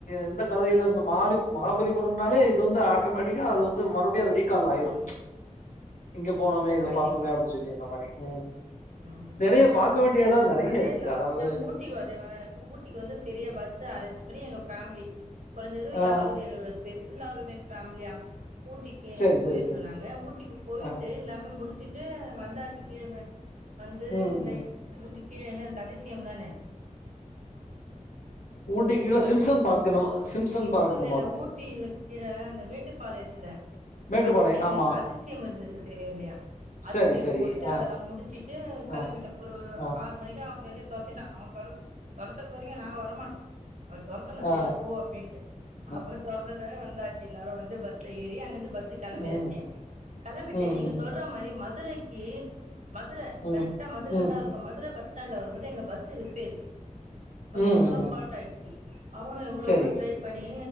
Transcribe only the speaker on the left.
எந்த கதைல இந்த மாலி மகாபலிபுரம்னாலே இது வந்து ஆட்டோமேட்டிக்கா அது வந்து மறுபடியு அது ரீகால்
ஆயிரு இங்க போனோமே இத
பாத்தோமே அப்டி சொல்லி அந்த மாரி ம்
நெறைய பாக்க
வேண்டிய இடம் நெறைய
இருக்குங்க.
அதாவது
ஆ
சரி,
சரி, சரி.
ஆ.
ம்,
ம்.
ஊட்டிக்கு
கீழ சிம்சன் பார்க் என்னமோ சிம்சன்
பார்க்
என்னமோ இருக்கு.
மேட்டுப்பாளையம்
ஆமா.
சரி, சரி.
ஆ,
ஆ,
ஆ,
ஆ,
ஆ.
ம்,
ம்,
ம்.
ம்.
ம்.
ம். ம்.
சரி.